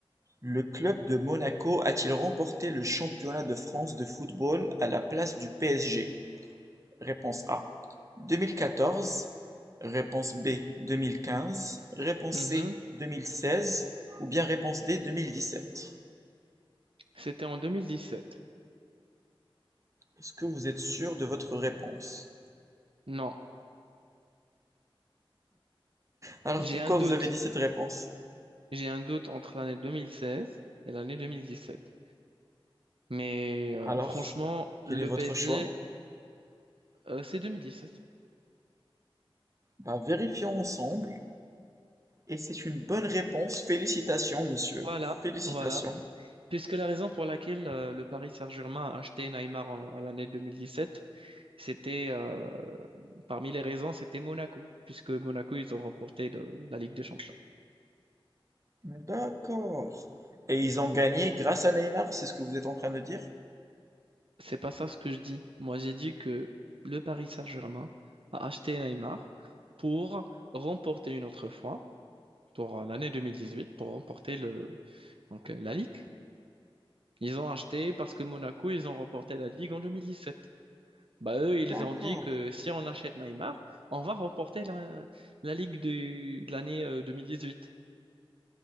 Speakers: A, on the right; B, on the right.
A: le club de Monaco a-t-il remporté le championnat de France de football à la place du PSG? Réponse A 2014, réponse B 2015, réponse
B: Mhm.
A: C 2016 ou bien réponse D 2017.
B: C'était en 2017.
A: Est-ce que vous êtes sûr de votre réponse?
B: Non,
A: Alors
B: j'ai
A: pourquoi
B: un doute.
A: vous avez dit cette réponse?
B: J'ai un doute entre l'année 2016 et l'année 2017. Mais euh,
A: Alors,
B: franchement, le
A: quel est votre
B: PSG,
A: choix?
B: euh, c'est 2017.
A: Bah vérifions ensemble et c'est une bonne réponse. Félicitations monsieur,
B: Voilà,
A: félicitations.
B: voilà. Puisque la raison pour laquelle euh, le Paris Saint-Germain a acheté Neymar en- à l'année 2017, c'était euh, parmi les raisons, c'était Monaco, puisque Monaco, ils ont remporté le- la Ligue des Champions.
A: D'accord. Et ils ont gagné grâce à Neymar, c'est ce que vous êtes en train de dire?
B: C'est pas ça ce que je dis. Moi, j'ai dit que le Paris Saint-Germain a acheté Neymar pour remporter une autre fois, pour euh, l'année 2018, pour remporter le, donc, euh, la Ligue. Ils ont acheté parce que Monaco, ils ont remporté la Ligue en 2017. Bah eux, ils
A: D'accord.
B: ont dit que si on achète Neymar, on va remporter la, la Ligue de, de l'année euh, 2018.